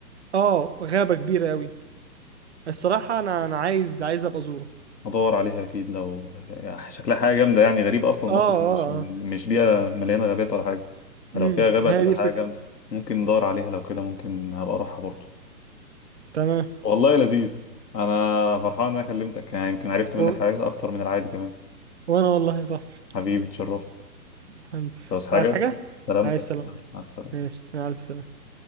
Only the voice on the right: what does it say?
اه غابة كبيرة قوي الصراحة انا انا عايز عايز ابقى ازوره
اه
اه
اه
امم
ما
هي دي الفكرة
تمام
و...
وانا والله يا صاحبي
حبيبي
عايز حاجة
عايز سلامتك
ماشي مع الف سلامة